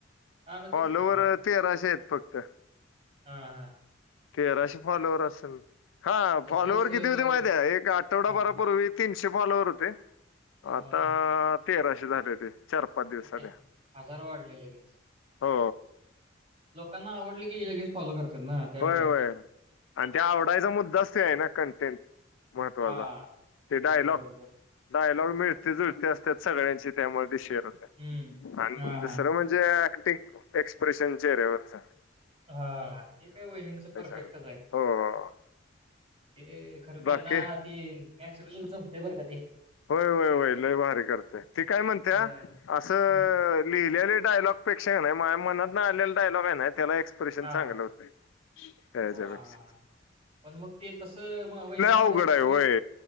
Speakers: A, on the right; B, on the left.
A: हां, मग
B: फॉलोवर
A: तेच की
B: तेराशे आहेत फक्त.
A: हा हा.
B: तेराशे फॉलोवर असेल हा
A: जसं-जसं
B: फॉलोवर किती होती माहिती हात काय एक आठवडाभरापूर्वी
A: हां,
B: तीनशे फॉलवर होते आता
A: मग
B: तेराशे झाले ती. चार पाच दिवसात
A: तेच की
B: ह्या
A: वाढले लगेच.
B: हो.
A: लोकांना आवडली की हे लगेच फॉलो करतेत ना त्यामुळ.
B: होय होय आणि ते आवडायचा मुद्दाच ते आहे ना कंटेंट महत्वाचा
A: हां.
B: ते डायलॉग.
A: बरोबर, बरोबर.
B: डायलॉग मीळ ते जुळते असतात सगळ्यांची त्यामध्ये शेअर होते.
A: हम्म
B: आणि
A: हा.
B: दुसरं म्हणजे ऍक्टिंग एक्सप्रेशन चेहऱ्या वरच.
A: हा ते काय वहिणींच परफेक्टच
B: हो
A: हाय. ते खरं त्यांना
B: बाकी
A: ती नॅचरल जमतय बरं का ती.
B: होय होय होय लय भारी करते ती काय म्हणत्या
A: हं.
B: असं
A: हं.
B: लिहिलेले डायलॉग अेक्षा कणय माझ्या मनातना आलेल डायलॉग हाय नाय त्याला एक्स परेशन
A: हां,
B: चांगलं
A: हां.
B: होत त्या हेच्या
A: हां,
B: पेकशा.
A: हां, हां. पण मग ते तसं म वहिणीला
B: अवघड
A: म्हणायचं
B: आहे
A: तुम्ही
B: होय